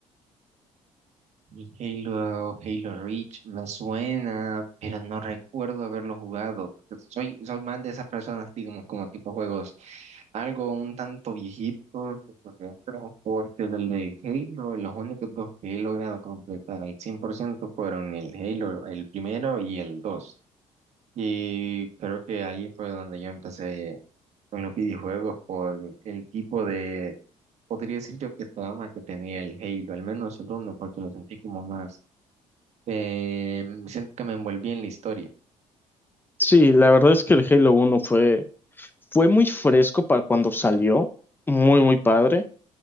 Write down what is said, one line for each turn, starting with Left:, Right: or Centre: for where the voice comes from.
Right: Y Halo, Halo Reach me suena, pero no recuerdo haberlo jugado. porque Soy, soy más de esas personas, digamos, como tipo juegos, algo un tanto viejito, que por ejemplo, porque del de Halo, los únicos dos que he logrado completar al 100% fueron el Halo, el primero y el 2. Y creo que ahí fue donde yo empecé con los videojuegos por el tipo de, podría decir yo que trama que tenía el Halo, al menos el uno, porque lo sentí como más, eh, siento que me envolví en la historia.
Left: Sí, la verdad es que el Halo uno fue, fue muy fresco para cuando salió, muy, muy padre.